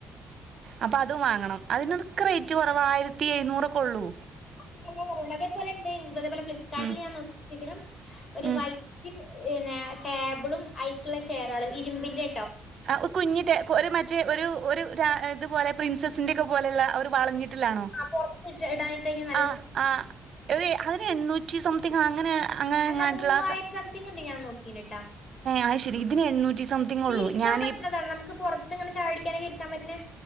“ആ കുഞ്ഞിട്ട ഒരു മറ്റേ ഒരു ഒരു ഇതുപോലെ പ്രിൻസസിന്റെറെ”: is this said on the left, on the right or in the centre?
Right